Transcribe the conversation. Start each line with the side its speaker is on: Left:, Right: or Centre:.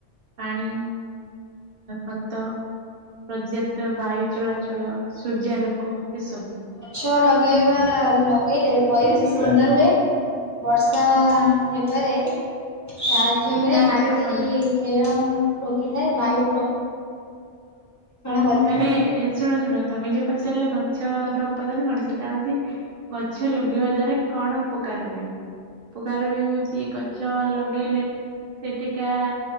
Right: ପାଣି। ଖତ ପର୍ଯ୍ୟାପ୍ତ ବାୟୁ ଚଳାଚଳ ସୂର୍ଯ୍ୟାଲୋକ ଏସବୁ।
Left: ଛ ଲଗେଇବା ଲଗେଇଲେ ପରିବେଶ ସୁନ୍ଦର ହୁଏ। ବର୍ଷା ହେବାରେ ଚା ଜମିରେ
Right: ସାହାଯ୍ୟ
Left: ମାଟି
Right: କରେ
Left: କ୍ଷୟ ରୋକିଥାଏ ବାୟୁ କରିଥାଏ।
Right: ମାନେ ଶୁଣ ଶୁଣ ତମେ ଯ ପଚାରିଲ ଗଛର ଉପାଦାନ କଣ ସେଟା ହଉଛି ଗଛ ଲଗେଇବା ଦ୍ଵାରା କଣ ଉପକାର ହୁଏ ଉପକାର ହଉଚି ଗଛ ଲଗେଇଲେ ସେଠିକା